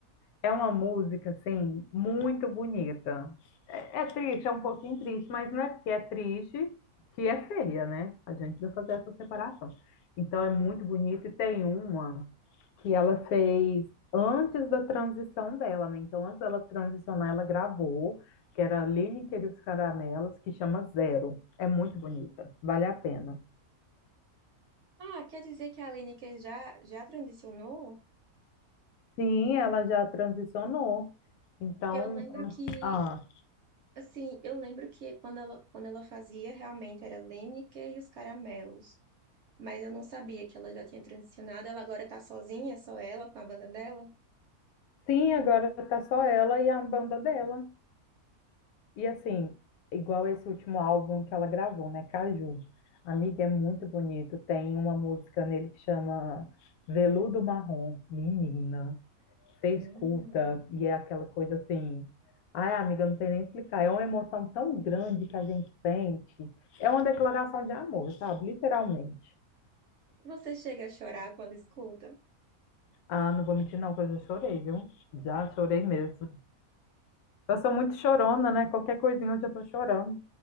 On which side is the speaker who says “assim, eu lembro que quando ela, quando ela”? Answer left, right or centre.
Right